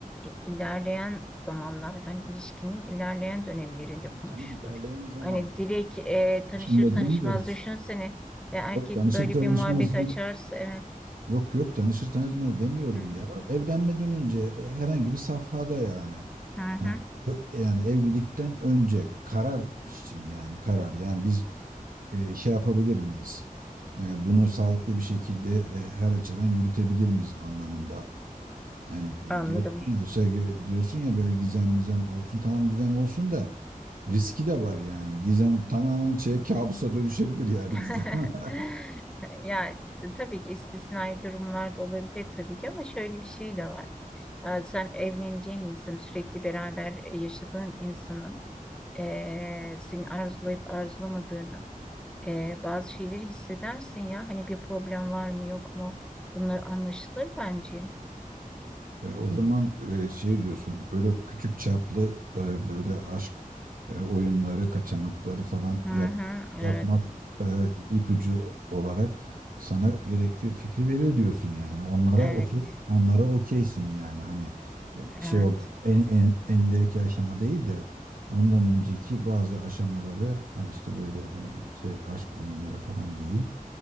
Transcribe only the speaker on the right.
Tamam
Canım ilerleyen zamanda.
Başında
demiyoruz.
Yok tanışır
tanışmaz.
Yok yok tanışır tanışmaz demiyorum
ya. Evlenmeden önce e, herhangi bir safhada yani.
Yani ö- yani evlilikten önce karar için yani karar. Yani biz e, şey yapabilir miyiz? E, bunu sağlıklı bir şekilde e, her açıdan yürütebilir miyiz anlamında. Yani e,
diyorsun ya şey, diyorsun ya böyle gizem mizem olsun tamam gizem olsun da riski de var yani. Gizem tamamen şey kabusa dönüşebilir yani
gizem. <laughs>
E, o zaman e, şey diyorsun öyle küçük çaplı e, böyle aşk e, oyunları, kaçamakları falan
yap,
yapmak e, ipucu olarak sana gerekli fikri verir diyorsun yani. Onlara
okey, onlara okeysin yani. Hani e, şey
olmadan en, en, en ileriki aşama değil de ondan önceki bazı aşamaları e, işte böyle e, şey aşk oyunları falan diyeyim.